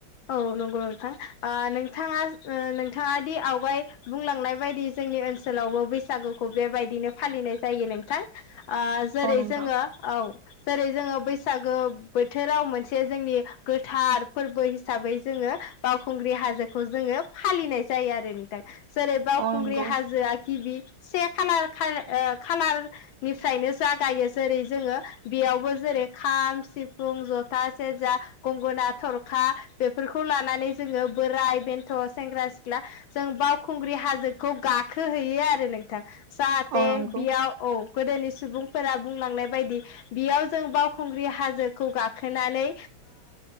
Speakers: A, on the left; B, on the right.
A: औ नंगौ नोंथां ओ नोंथाङा नोंथाङा दि आवगाय बुंलांनाय बायदि जोंनि ओनसोलावबो बैसागुखौ बेबायदिनो फालिनाय जायो नोंथां। ओ जेरै
B: औ नोंथां
A: जोङो औ जेरै जोङो बैसागो बोथोराव मोनसे जोंनि गोथार फोरबो हिसाबै जोङो बावखुंग्रि हाजोखौ जोङो फालिनाय जायो आरो नोंथां। जेरै बावखुंग्रि
B: औ नंगौ
A: हाजो गिबि से खालार खा खालारनिफ्रायनो जागायो जेरै जोङो बेयावबो जेरै खाम सिफुं जथा सेरजा गंगोना थरखा बेफोरखौ लानानै जोङो बोराय बेन्थ' सेंग्रा सिख्ला जों बावखुंग्रि हाजोखौ गाखोहैयो आरो नोंथां जाहाथे
B: औ नंगौ
A: बियाव औ गोदोनि सुबुंफोरा बुंलांनाय बायदि बेयाव जों बावखुंग्रि हाजोखौ गाखोनानै